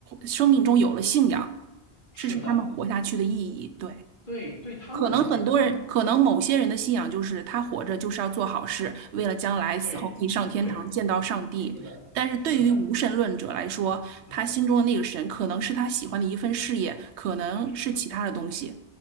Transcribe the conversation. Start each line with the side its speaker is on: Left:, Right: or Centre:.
Right: 生命中有了信仰，
Left: 是的，
Right: 这是他们活下去的意义。对，
Left: 对，对他们来讲，
Right: 可能很多人，
Left: 他们。
Right: 可能某些人的信仰就是他活着就是要做好事，为了将来死后可以上天堂见到上帝。
Left: 对对，是的，
Right: 但是对于无神论者来说，
Left: 是的，是的，
Right: 他心中的那个神可能是他喜欢的一份事业，可能是其他的东西。
Left: 是。